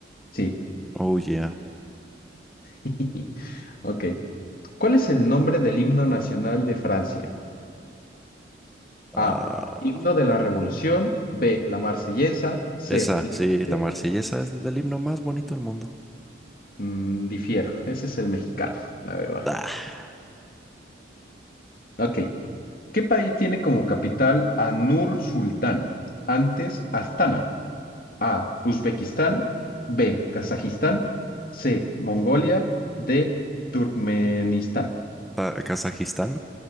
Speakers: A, on the left; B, in the centre.
A: sí.
B: Oh, yeah.
A: <laughs> Ok. ¿Cuál es el nombre del himno nacional de Francia?
B: Ah,
A: A. Himno de la Revolución. B. La Marsellesa. C.
B: esa,
A: Liberté.
B: sí, la Marsellesa es el himno más bonito del mundo.
A: Mm, difiero. Ese es el mexicano, la verdad.
B: Ah,
A: Ok. ¿Qué país tiene como capital a Nur Sultán? Antes Astana. A. Uzbekistán. B. Kazajistán. C. Mongolia. D. Turkmenistán.
B: Ta- Kazajistán.